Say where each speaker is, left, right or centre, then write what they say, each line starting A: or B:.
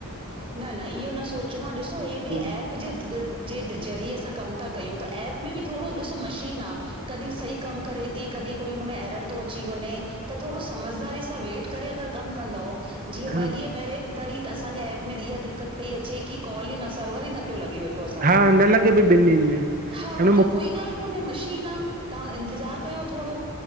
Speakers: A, on the right; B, on the right.
A: न न इहो न सोचणो आ ॾिसो हे बि
B: पोइ
A: एप जे जे ज़रिए असां कम। त कयूं ता एप में बि थोॾो ॾिसो मशीन आ। कॾहिं सही कम करे ती कॾहिं कोई हुन में एरर थो अची वञे त थोॾो समझदारी सां वेट। करे अगर कम कंदव जी ॿ
B: हा
A: ॾिह पेरे तहि त असांजे एप। में इहा दिक़त पई अचे की कॉल ई न सर्वर ई न पियो लॻे व। त असांजो
B: हा न लॻे पई ॿिनि ॾींहंनि में
A: हा
B: हिन
A: त कोई ॻाल्ह। कोने मशीन आ तां इंतज़ार कयो थोड़ो।